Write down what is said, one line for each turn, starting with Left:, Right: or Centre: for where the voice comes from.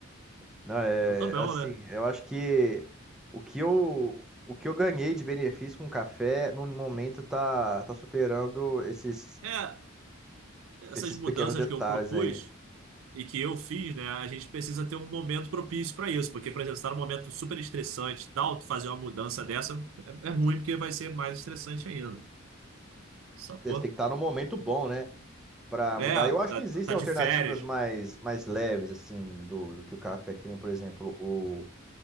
Centre: <laughs> Não, é
Right: Então tá bom,
Centre: assim,
Right: né?
Centre: eu acho que o que eu, o que eu ganhei de benefício com o café, no momento, tá, tá superando esses,
Right: É, essas
Centre: esses
Right: mudanças
Centre: pequenos detalhes
Right: que eu propus
Centre: aí.
Right: e que eu fiz, né? A gente precisa ter um momento propício para isso, porque, por exemplo, se tá num momento super estressante, e tal, tu fazer uma mudança dessa é, é ruim, porque vai ser mais estressante ainda. Sacou?
Centre: Você tem que estar no momento bom, né? para
Right: É,
Centre: mudar. Eu acho
Right: tá,
Centre: que existem
Right: tá de
Centre: alternativas
Right: férias,
Centre: mais, mais leves, assim, do, do que o café, que nem, por exemplo, o